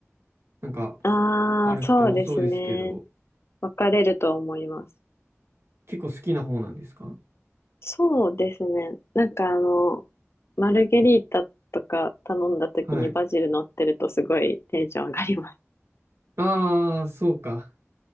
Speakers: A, on the right; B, on the left.
A: なんか
B: ああ、
A: ある人多そうですけど、
B: そうですね。分かれると思います。
A: 結構好きな方なんですか
B: そうですね。なんかあの、マルゲリータとか頼んだ時にバジル乗ってるとすごいテンション上がります。
A: はい。ああ、そうか。